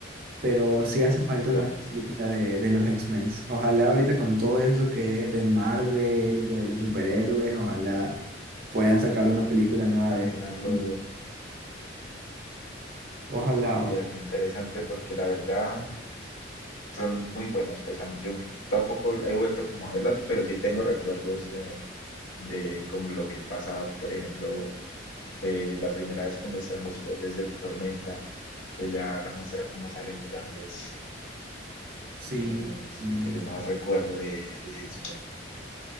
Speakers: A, on the right (about 50°); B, on the left (about 75°).
A: Pero sí hace falta
B: ya,
A: una
B: sí.
A: película de, de los X-Men. Ojalá ahorita con todo eso que es de Marvel y de los superhéroes, ojalá puedan sacar una película nueva
B: Saquen
A: de esto.
B: algo,
A: Ojalá.
B: sí,
A: va.
B: algo interesante porque la verdad... son muy buenas. Pues a- yo tampoco he vuelto como a verlas, pero sí tengo recuerdos de, de como lo que pasaba, por ejemplo, eh, la primera vez que muestran los poderes de Tormenta, que ya la muestra como sale volando, es
A: Sí,
B: como
A: sí.
B: lo que yo más recuerdo de, de X-Men.